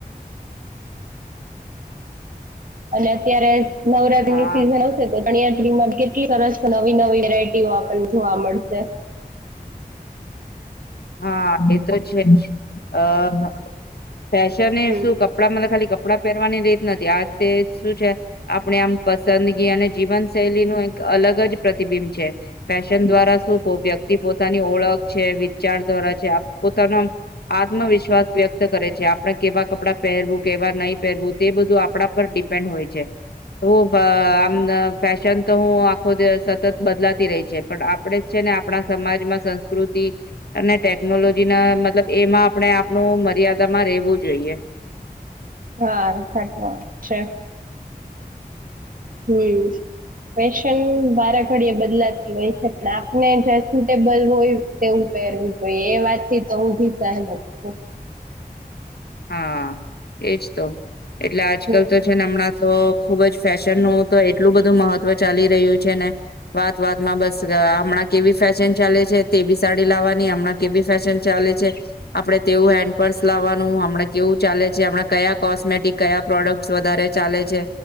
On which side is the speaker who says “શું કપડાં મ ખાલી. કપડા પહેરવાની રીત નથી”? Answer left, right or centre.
Left